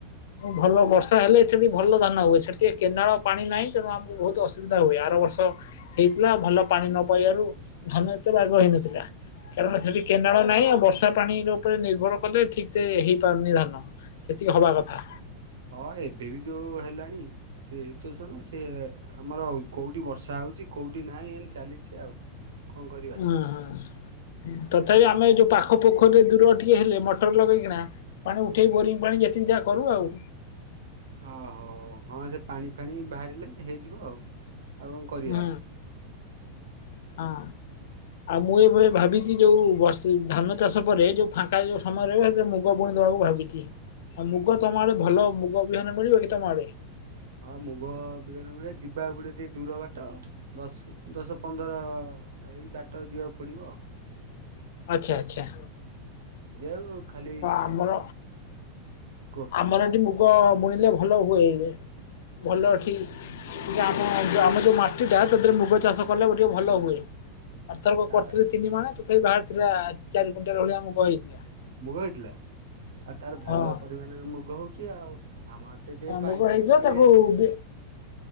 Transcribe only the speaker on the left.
ଭଲ ବର୍ଷା ହେଲେ ସେଠି ଭଲ ଧାନ ହୁଏ ସେଠିକେ କେନାଳ ପାଣି ନାହିଁ। ତେଣୁ ଆମକୁ ବହୁତ ଅସୁବିଧା ହୁଏ ଆର ବର୍ଷ। ହେଇଥିଲା ଭଲ ପାଣି ନ ପାଇବାରୁ ଧାନ ଏତେ ବାଗ ହେଇନଥିଲା। କାରଣ ସେଠି କେନାଳ ନାହିଁ ଆଉ ବର୍ଷା ପାଣିର ଉପରେ ନିର୍ଭର କଲେ ଠିକ୍ ସେ ହେଇପାରୁନି ଧାନ। ଏତିକି ହବା କଥା।
ହଁ ହଁ ତଥାପି
ଆମେ ଯୋଉ ପା ପାଖ ପୋଖରୀରେ ଦୂର ଟିକେ ହେଲେ ମଟର ଲଗେଇକିନା ପାଣି ଉଠେଇ ବୋରିଙ୍ଗ ପାଣି ଯେତିକି ଯାହା କରୁ ଆଉ।
ହୁଁ ହଁ ଆଉ ମୁଁ ଏଭଳି
ଭାବି ଯୋଉ ବର୍ଷ ଧାନ ଚାଷ ପରେ ଯୋଉ ଫାଙ୍କା ଯୋଉ ସମୟରେ ସେଥିରେ ମୁଗ ବୁଣିଦବାକୁ ଭାବିଛି। ଆଉ ମୁଗ ତମ ଆଡେ ଭଲ ମୁଗ ବିହନ ମିଳିବ କି ତମ ଆଡେ?
ଆଛା ଆଛା।
ଆମର
ଆମର ଏଠି ମୁଗ ବୁଣିଲେ ଭଲ ହୁଏ ଭଲ ଏଠି ଜି ଆମ ଜିୟ ଆମୋ ଯୋଉ ମାଟି ଟା ତାରେ ମୁଗ ଚାଷ କଲେ ଟିକେ ଭଲ ହୁଏ। ଆର୍ଥରକ
କରିଥିଲେ ତିନି ମାଣେ ତଥାପି ବାହାରିଥିଲା ଚାରି କୁଣ୍ଟାଲ ଭଳିଆ ମୁଗ ହେଇଥିଲା।
ହଁ
ମୁଗ
ହେଇଥିଲା
ତାକୁ ବି